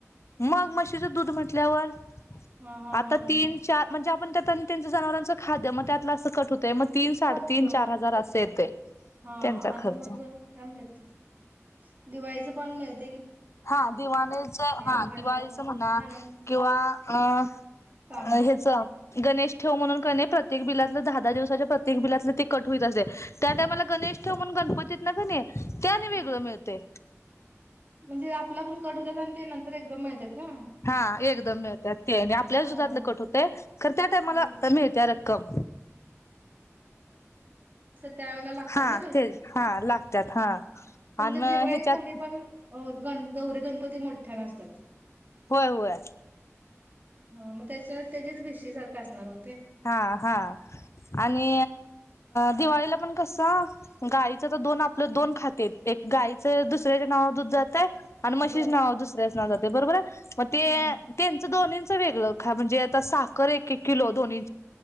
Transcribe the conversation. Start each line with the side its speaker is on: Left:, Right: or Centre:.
Left: मग म्हशीचं दूध म्हटल्यावर
Right: हा हा
Left: आता
Right: हा
Left: तीन
Right: हा
Left: चार म्हणजे आपण त्यात त्यांचं जनावरांचं खाद्य मग त्यातलं असं कट होत ते मग तीन साडेतीन
Right: खर्च
Left: चार हजार असं येतंय
Right: हा
Left: त्यांचा
Right: आणि
Left: खर्च
Right: मग काय म्हणतात ते दिवाळीचं पण मिळतं
Left: हा दिवाळीचं हा
Right: धान्य
Left: दिवाळीचं म्हणा
Right: धान्य म्हणजे
Left: किंवा अ
Right: सामान
Left: ह्याचं गणेश ठेव म्हणून काय नाही प्रत्येक बिलातलं दहा दहा दिवसाच्या प्रत्येक बिलातलं ते कट होईत असतंय त्या टायमाला गणेश ठेव म्हणून गणपतीत ना काय नाही ते आणि
Right: हा
Left: वेगळं मिळतंय
Right: म्हणजे आपलं आपुण कट होत्यात आणि ते नंतर एकदम मिळतात का
Left: हा एकदम मिळत्यात आणि आपल्याच
Right: हा
Left: दुधातलं कट होतंय खरं त्या टायमाला
Right: बर
Left: मिळत्या रक्कम
Right: त्या व लात
Left: हा
Right: ना पै
Left: तेच हा लागतात हा
Right: तमच्या
Left: आणि मग
Right: दिवाळी
Left: ह्याच्यात
Right: कमी पण ग गौरी गणपती मोठ्या न असतात
Left: होय होय
Right: ह मग त्याच्या त्याच्याच भेष सारखं असणार हो
Left: हा हा आणि दिवाळीला पण कस गायच तर दोन आपलं दोन खाते एक गायचं दुसऱ्याच्या नावा दूध जातय आणिन मशीज
Right: बर
Left: नाव दुसर्याच नाव जात ते बरोबर मग ते
Right: हा
Left: त्यांच दोन वेगळा म्हणजे आता साखर एक एक किलोन